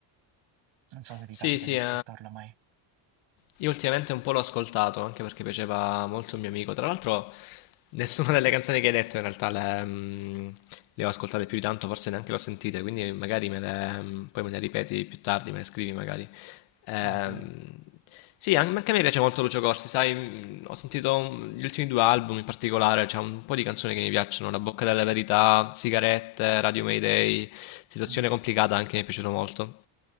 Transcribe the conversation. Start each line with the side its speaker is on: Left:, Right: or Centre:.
Right: Non so se ti
Left: Sì,
Right: capita
Left: sì,
Right: di ascoltarlo
Left: eh.
Right: mai.
Left: Io ultimamente un po' l'ho ascoltato, anche perché piaceva molto un mio amico. Tra l'altro, nessuna delle canzoni che hai detto in realtà le, mm, le ho ascoltate più di tanto, forse neanche le ho sentite, quindi magari me le, mm, poi me le ripeti più tardi, me le scrivi magari.
Right: Sì,
Left: Ehm,
Right: sì.
Left: sì, an- anche a me piace molto Lucio Corsi, sai, mm, ho sentito mm, gli ultimi due album in particolare, c'è un po' di canzoni che mi piacciono, La bocca della verità, Sigarette, Radio Mayday, Situazione
Right: Mm,
Left: complicata anche mi è piaciuto molto.